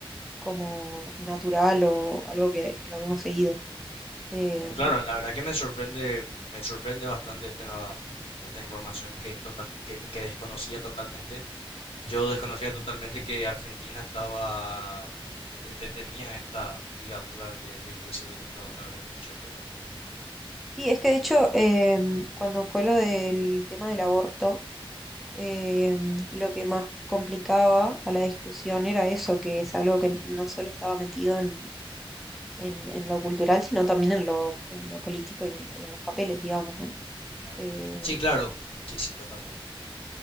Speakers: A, in the centre; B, on the left.
A: como natural o algo que, que lo habíamos seguido. Eh,
B: No, claro, la verdad que me sorprende, me sorprende bastante esta, esta información que, total, que, que desconocía totalmente. Yo desconocía totalmente que Argentina estaba, te- te- tenía esta ligadura de la iglesia y el Estado. La verdad que me sorprende un poco.
A: y es que de hecho, eh, cuando fue lo del tema del aborto, eh, lo que más complicaba a la discusión era eso, que es algo que no solo estaba metido en en, en lo cultural, sino también en lo, en lo político y en, en los papeles, digamos, ¿no?
B: Claro.
A: Eh,
B: Sí, claro. Sí, sí, totalmente.